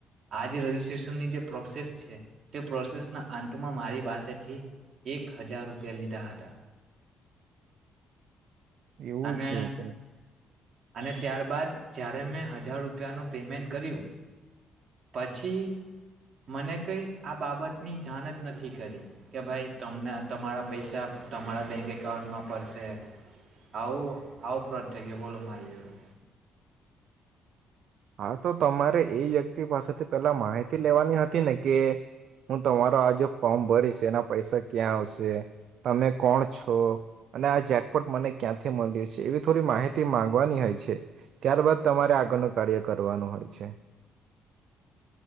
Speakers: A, on the right (about 55°); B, on the right (about 70°).
A: આ જે રજીસ્ટ્રેશનની જે પ્રોસેસ છે તે પ્રોસેસના અંતમાં મારી પાસેથી એક હજાર રૂપિયા લીધા હતા.
B: એવું
A: અને
B: છે તો
A: અને ત્યારબાદ જ્યારે મેં હજાર રૂપિયાનું પેમેન્ટ કર્યું પછી મને કઈ આ બાબતની જાણ જ નથી કરી કે ભાઈ તને તમારા પૈસા તમારા બેંક એકાઉન્ટમાં પડશે આવું આવો ફોડ થઈ ગયો બોલો મારી જોડે
B: હા તો તમારે એ વ્યક્તિ પાસેથી પેલા માહિતી લેવાની હતી ને કે હું તમારો આ જે ફોર્મ ભરીશ એના પૈસા ક્યાં આવશે તમે કોણ છો અને આ જેકપટ મને ક્યાંથી મળ્યું છે એવી થોડી માહિતી માંગવાની હોય છે ત્યારબાદ તમારે આગળનો કાર્ય કરવાનું હોય છે.